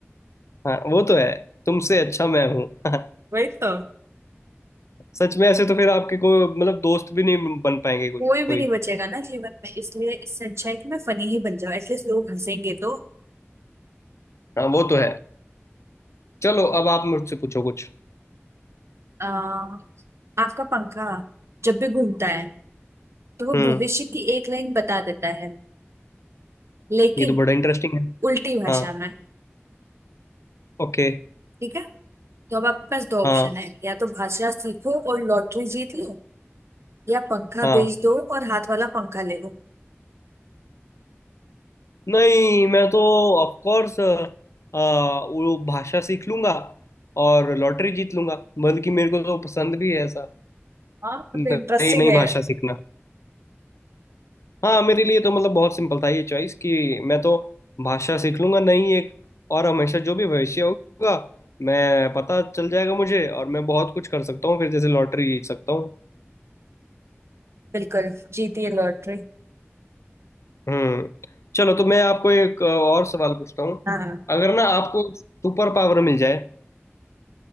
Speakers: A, on the left; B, on the right.
A: हाँ वो तो है तुमसे अच्छा मैं हूँ <laughs>
B: वही तो
A: सच में ऐसे तो फिर आपके कोई मतलब दोस्त भी नहीं बन पाएंगे कोई
B: कोई भी
A: कोई
B: नहीं बचेगा ना जीवन में इसलिए इससे अच्छा है कि मैं फनी ही बन जाऊं एटलीस्ट लोग हंसेंगे तो
A: हाँ वो तो है चलो अब आप मुझसे पूछो कुछ
B: आ, आपका पंखा जब भी घूमता है तो वो
A: हम्म
B: भविष्य की एक लाइन बता देता है लेकिन
A: ये तो बड़ा इंटरेस्टिंग है
B: उल्टी भाषा
A: हाँ
B: में
A: ओके
B: ठीक है तो अब आपके पास दो
A: हाँ
B: ऑप्शन है या तो भाषा सीखो और लॉटरी जीत लो या पंखा
A: हाँ
B: बेच दो और हाथ वाला पंखा ले लो
A: नहीं मैं तो ऑफ कोर्स वो भाषा सीख लूंगा और लॉटरी जीत लूंगा बल्कि मेरे को तो पसंद भी है ऐसा
B: हाँ तो
A: नई
B: इंटरेस्टिंग
A: नई
B: है
A: भाषा सीखना हाँ मेरे लिए तो मतलब बहुत सिंपल था ये चॉइस कि मैं तो भाषा सीख लूंगा नई एक और हमेशा जो भी भविष्य होगा मैं पता चल जाएगा मुझे और मैं बहुत कुछ कर सकता हूँ फिर जैसे लॉटरी जीत सकता हूँ
B: बिल्कुल जीती है लॉटरी
A: हम्म चलो तो मैं आपको एक अ, और सवाल पूछता हूँ
B: हाँ हाँ
A: अगर ना आपको सुपर पावर मिल जाए